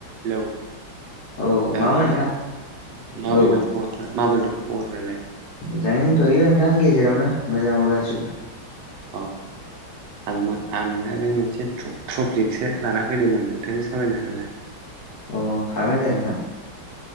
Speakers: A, on the right (about 75°); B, on the left (about 65°).
A: Hello
B: औ मामोन
A: नोंथां माबोरै
B: औ
A: दं माबोरै दं खबरफालाय
B: मोजाङै दथ'यो नोंथां गेजेरावनो मोजां गारजिबो
A: औ आं आं नोंथांजों मोनसे ट्रपिकसो लाना फैदोंमोन नोंथांजों सावरायनो हागोन ना
B: अ हागोन दे नोंथां